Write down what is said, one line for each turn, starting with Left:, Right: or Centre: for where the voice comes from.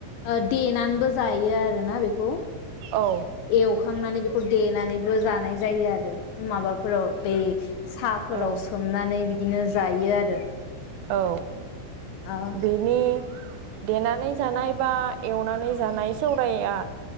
Left: ओ देनानैबो जायो आरोना बेखौ।
Right: औ
Left: एवखांनानै बे खौ देनानैबो जानाय जायो आरो माबाफोराव बे साफोराव
Right: औ
Left: सोमनानै बिदिनो जायो आरो
Right: औ
Left: ओ
Right: बेनि देनानै जानाय बा एवनानै जानाय सौरायआ